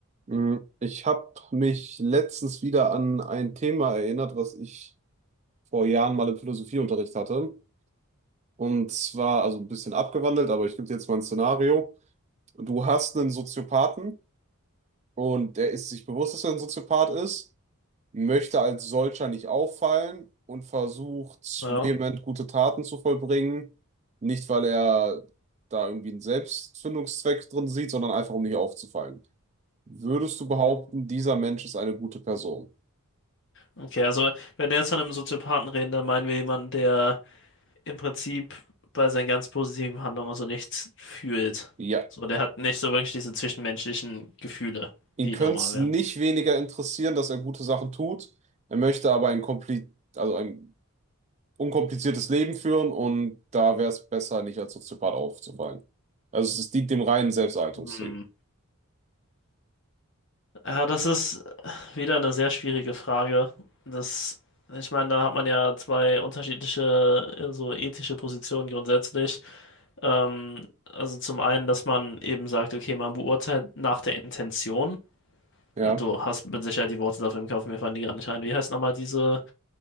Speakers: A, on the right; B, on the left.
A: Mm, Ich habe mich letztens wieder an ein Thema erinnert, was ich vor Jahren mal im Philosophieunterricht hatte. Und zwar, also ein bisschen abgewandelt, aber ich gebe dir jetzt mal ein Szenario. Du hast einen Soziopathen und der ist sich bewusst, dass er ein Soziopath ist, möchte als solcher nicht auffallen und versucht
B: Ja.
A: vehement gute Taten zu vollbringen. Nicht, weil er da irgendwie einen Selbstfindungszweck drin sieht, sondern einfach, um nicht aufzufallen. Würdest du behaupten,
B: ähm,
A: dieser Mensch ist eine gute Person?
B: Okay, also wenn wir jetzt von einem Soziopathen reden, dann meinen wir jemanden, der im Prinzip bei seinen ganz positiven Handlungen so nichts fühlt.
A: Ja,
B: So, der hat nicht so wirklich diese zwischenmenschlichen Gefühle,
A: ihn
B: die
A: könnte
B: normal
A: es
B: wären.
A: nicht weniger interessieren, dass er gute Sachen tut. Er möchte aber ein kompli also ein unkompliziertes Leben führen und da wäre es besser, nicht als Soziopath aufzufallen. Also es dient dem reinen Selbsterhaltungstrieb.
B: Hm. Ja, das ist wieder eine sehr schwierige Frage. Das, ich meine, da hat man ja zwei unterschiedliche äh, so ethische Positionen grundsätzlich. Ähm, also zum einen, dass man eben sagt, okay, man beurteilt nach der Intention.
A: Ja,
B: Ja, Du hast mit Sicherheit die Worte dafür im Kopf, mir fallen die gerade nicht ein. Wie heißt nochmal diese